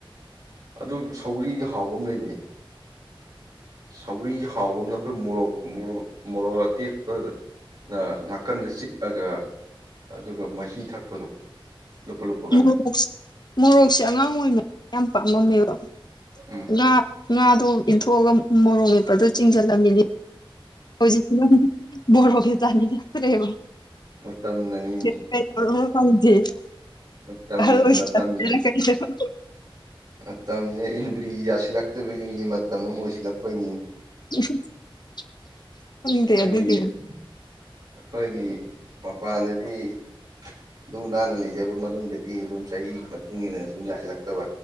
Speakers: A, on the right (about 50°); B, on the left (about 50°).
A: ꯑꯗꯨꯝ ꯁꯧꯒꯔꯤꯒꯤ ꯍꯥꯎꯕ ꯑꯃ ꯂꯩꯕꯅꯦ ꯁꯧꯒꯔꯤ ꯍꯥꯎꯕ ꯑꯃꯅ ꯑꯩꯈꯣꯏ ꯃꯣꯔꯣꯛ ꯃꯣꯔꯣꯛ ꯃꯣꯔꯣꯛ ꯑꯇꯦꯛꯄꯒ ꯅ ꯅꯥꯀꯟꯗ ꯆꯤꯛꯑꯒ ꯑꯗꯨꯒ ꯃꯍꯤ ꯊꯛꯄꯗꯣ ꯂꯨꯞꯄ ꯂꯨꯞꯄꯒ
B: ꯃꯣꯔꯣꯛ ꯃꯣꯔꯣꯛꯁꯦ ꯑꯉꯥꯡ ꯑꯣꯏꯅ ꯌꯥꯝ ꯄꯥꯝꯃꯝꯃꯦꯕ
A: ꯎꯝ
B: ꯉꯥ ꯉꯥꯗꯨꯏꯟꯊꯣꯛ ꯑꯒ ꯃꯣꯔꯣꯛ ꯃꯦꯠꯄꯗꯨ ꯆꯤꯡꯖꯜꯂꯝꯃꯤꯅꯤ ꯍꯧꯖꯤꯛꯁꯤꯅ ꯃꯣꯔꯣꯛ ꯁꯦ ꯆꯥꯅꯤꯡꯉꯛꯇ꯭ꯔꯦꯕ
A: ꯃꯇꯝꯅꯅꯤꯅꯦ
B: ꯀꯩꯗꯧꯔꯕꯅꯣ ꯈꯪꯗꯦ
A: ꯃꯇꯝ
B: ꯑꯍꯜ ꯑ‌ꯣꯏꯁꯜ
A: ꯃꯇꯝ
B: ꯂꯛ ꯄꯩꯔ ꯀꯩꯅꯅ‌ꯣ
A: ꯃꯇꯝꯖ‌ꯦ ꯏꯟꯗ꯭ꯔꯤ ꯌꯥꯁꯤꯜꯂꯛꯇꯕꯒꯤꯅꯤ ꯃꯇꯝ ꯑꯃ ꯑꯣꯏꯁꯤꯜꯂꯛꯄꯩꯅꯤ
B: <unintelligible>
A: ꯑꯩꯈꯣꯏꯒꯤ
B: ꯑꯗꯨꯒꯤꯅꯦ
A: ꯑꯩꯈꯣꯏꯒꯤ ꯃꯄꯥꯟꯗꯗꯤ ꯑꯗꯨꯝ ꯂꯨ ꯅꯥꯟꯅ ꯂꯩꯖꯕ ꯃꯅꯨꯡꯗꯗꯤ ꯑꯗꯨꯝ ꯆꯍꯤꯒꯤ ꯃꯇꯨꯡ ꯏꯟꯅ ꯁꯨꯝ ꯌꯥꯁꯤꯜꯂꯛꯇꯕ